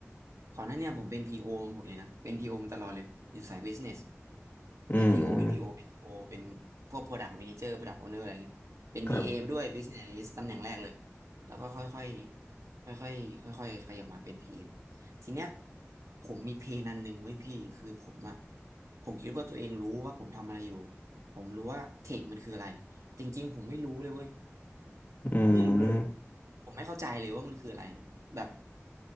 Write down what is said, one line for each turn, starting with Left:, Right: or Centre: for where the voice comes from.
Right: ก่อนหน้าเนี่ยผมเป็น PO หมดเลยนะเป็น PO มาตลอดเลยอยู่สาย business
Left: อืม
Right: เป็น PO เป็น PO เป็น PO เป็นพวก product manager product owner อะไรเงี้ยเป็น
Left: ครับ
Right: BA มาด้วย business analyst ตำแหน่งแรกเลยแล้วก็ค่อยๆค่อยๆค่อยๆขยับมาเป็น PM ทีเนี้ยผมมีเพนอันหนึ่งไว้ยพี่คือผมอะผมคิดว่าตัวเองรู้ว่าผมทำอะไรอยู่ผมรู้ว่าเทคมันคืออะไร จริงๆผมไม่รู้เลยเว้ย
Left: อืม
Right: ไม่รู้เลยผมไม่เข้าใจเลยว่ามันคืออะไรแบบ